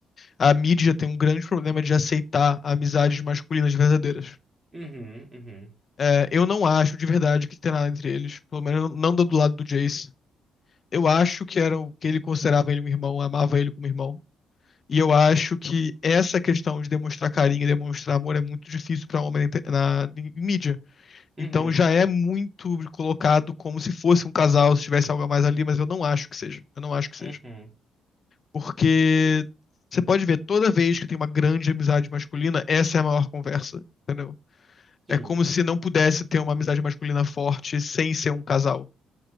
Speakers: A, on the left (about 45°); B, on the right (about 20°).
A: a mídia tem um grande problema de aceitar amizades masculinas verdadeiras.
B: Uhum, uhum,
A: É, eu não acho de verdade que tem nada entre eles, pelo menos não do lado do Jace. Eu acho que era o- que ele considerava ele um irmão, amava ele como irmão. E eu acho que essa questão de demonstrar carinho e demonstrar amor é muito difícil para homem na, inter- na- em mídia. Então
B: uhum,
A: já é muito colocado como se fosse um casal, se tivesse algo a mais ali, mas eu não acho que seja. Eu não acho que seja.
B: uhum,
A: Porque você pode ver, toda vez que tem uma grande amizade masculina, essa é a maior conversa, entendeu?
B: sim,
A: É como se não pudesse ter uma amizade masculina forte sem ser um casal.